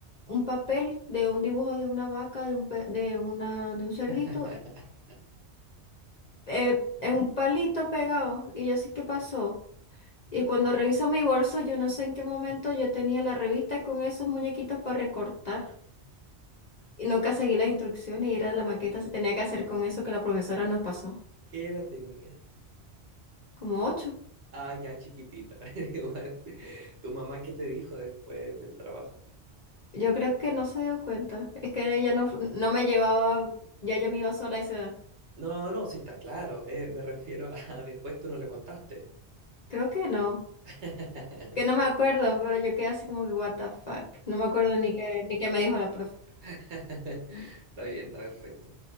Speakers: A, on the left; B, on the right.
A: un papel de un dibujo de una vaca, de un, pe- de una, de un
B: <laughs>
A: cerdito, eh, en un palito pegado. Y yo así, ¿qué pasó? Y cuando reviso mi bolso, yo no sé en qué momento yo tenía la revista con esos muñequitos para recortar. Y nunca seguí las instrucciones y era la maqueta, se tenía que hacer
B: ¿Qué,
A: con eso que la profesora nos pasó,
B: qué edad tenías?
A: como ocho.
B: Ah, ya chiquitita, <laughs> igual. ¿Tu mamá qué te dijo después del trabajo?
A: Yo creo que no se dio cuenta, es que ella no, fu- no me llevaba, ya yo me iba sola a esa edad.
B: No, no, sí está claro. eh, me refiero a <laughs> después tú no le contaste.
A: Creo que no,
B: <laughs>
A: que no me acuerdo, pero yo quedé así como que what the fuck, no me acuerdo ni qué, ni qué me dijo la profe.
B: Está bien, está perfecto.